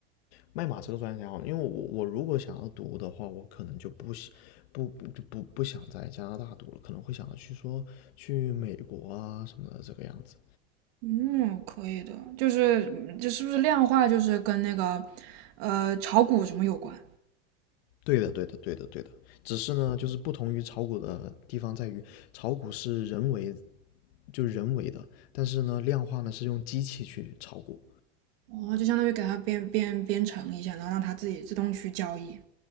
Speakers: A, on the left (about 65°); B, on the right (about 60°).
A: 卖马这个专业还好，因为我我如果想要读的话，我可能就不不不不不想在加拿大读了，可能会想着去说去美国啊什么的这个样子。
B: 嗯，可以的，就是嗯这是不是量化，就是跟那个呃炒股什么有关？
A: 对的，对的，对的，对的。只是呢，就是不同于炒股的地方在于，炒股是人为，就是人为的，但是呢，量化呢是用机器去炒股。
B: 哦，就相当于给它编编编程一下，然后让它自己自动去交易。